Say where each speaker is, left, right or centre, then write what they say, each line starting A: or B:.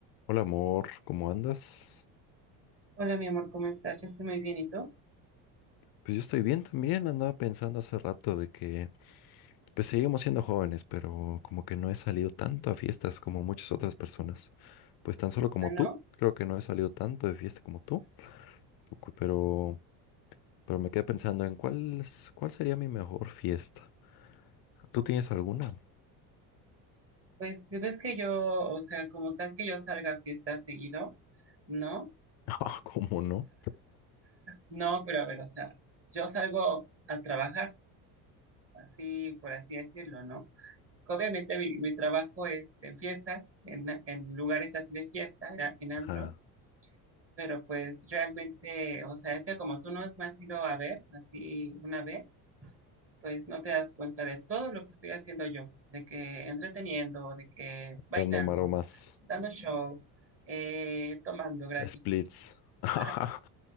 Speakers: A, on the left; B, on the right.
A: Hola amor, ¿cómo andas?
B: Hola, mi amor, ¿cómo estás? Yo estoy muy bien, ¿y tú?
A: Pues yo estoy bien también, andaba pensando hace rato de que pues seguimos siendo jóvenes, pero como que no he salido tanto a fiestas como muchas otras personas. Pues tan solo como
B: Ah, no,
A: tú, creo que no he salido tanto de fiesta como tú, cu- pero pero me quedé pensando en cuál es- cuál sería mi mejor fiesta. ¿Tú tienes alguna? <laughs>
B: pues si ves que yo, o sea, como tal que yo salga a fiestas seguido, no,
A: Ah, ¿cómo no?
B: no, pero a ver, o sea, yo salgo a trabajar, así, por así decirlo, ¿no? Obviamente mi, mi trabajo es en fiestas, en, en lugares así de fiesta, en, en antros,
A: Ajá,
B: pero pues realmente, o sea, es que como tú nos me has ido a ver, así una vez, pues no te das cuenta de todo lo que estoy haciendo yo, de que entreteniendo, de que bailando,
A: dando maromas,
B: dando show, eh, tomando gratis.
A: splits. <laughs>
B: <laughs>